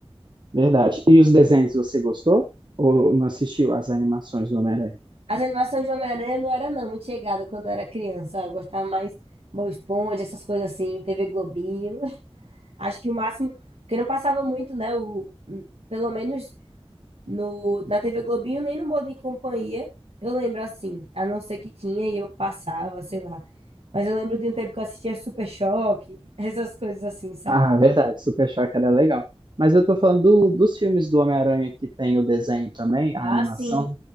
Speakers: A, on the right (about 50°); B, on the right (about 70°).
A: verdade. E os desenhos você gostou? Ou não assistiu às animações do Homem-Aranha?
B: As animações de Homem-Aranha não era, não, muito chegada quando eu era criança. Eu gostava mais Bob Esponja, essas coisas assim, TV Globinho. <laughs> Acho que o máximo. Porque não passava muito, né? O, pelo menos no, na TV Globinho, nem no Modo e Companhia. Eu lembro assim, a não ser que tinha e eu passava, sei lá. Mas eu lembro de um tempo que eu assistia Super Choque, <laughs> essas coisas assim, sabe?
A: Ah, verdade, Super Choque era legal. Mas eu tô falando do- dos filmes do Homem-Aranha que tem o desenho também, a
B: Ah,
A: animação.
B: sim.